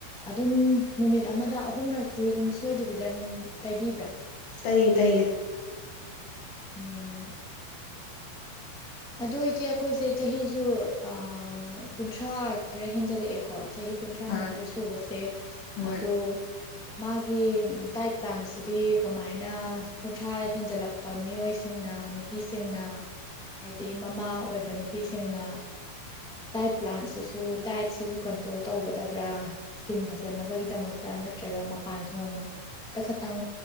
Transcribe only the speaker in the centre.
ꯑꯗꯨꯝ ꯅꯨꯃꯤꯠ ꯑꯃꯗ ꯑꯍꯨꯝꯔꯛꯇꯤ ꯑꯗꯨꯝ ꯁꯣꯏꯗꯕꯤꯗ ꯑꯗꯨꯝ ꯇꯩꯕꯤꯕ꯭ꯔꯥ
ꯑꯝ ꯑꯗꯣ ꯏꯆꯦ ꯑꯈꯣꯏꯁꯦ ꯆꯍꯤꯁꯨ ꯑꯥ ꯀꯨꯟꯊ꯭ꯔꯥ ꯈꯔ ꯍꯦꯟꯖꯜꯂꯛꯑꯦꯀꯣ ꯆꯍꯤ ꯀꯨꯟꯊ꯭ꯔꯥꯅꯤꯊꯣꯏ
ꯁꯨꯕꯁꯦ
ꯑꯗꯣ ꯃꯥꯒꯤ ꯗꯥꯏꯠ ꯄ꯭ꯂꯥꯟꯁꯤꯗꯤ ꯀꯃꯥꯏꯅ ꯀꯨꯟꯊ꯭ꯔꯥ ꯍꯦꯟꯖꯜꯂꯛ ꯄꯥ ꯃꯤꯑꯣꯏꯁꯤꯡꯅ ꯅꯨꯄꯤꯁꯤꯡꯅ ꯍꯥꯏꯗꯤ ꯃꯃꯥ ꯑꯣꯏꯕ ꯅꯨꯄꯤꯁꯤꯡꯅ ꯗꯥꯏꯠ ꯄ꯭ꯂꯥꯟꯁꯤꯁꯨ ꯗꯥꯏꯠ ꯁꯤꯁꯨ ꯀꯟꯇ꯭ꯔꯣꯜ ꯇꯧꯒꯗꯕ꯭ꯔꯥ ꯁ꯭ꯀꯤꯟ ꯐꯖꯅꯕꯒꯤꯗꯃꯛꯇ ꯅꯠꯇ꯭ꯔꯒ ꯃꯥ ꯄꯥꯟꯊꯣꯡꯗ ꯈꯇꯪ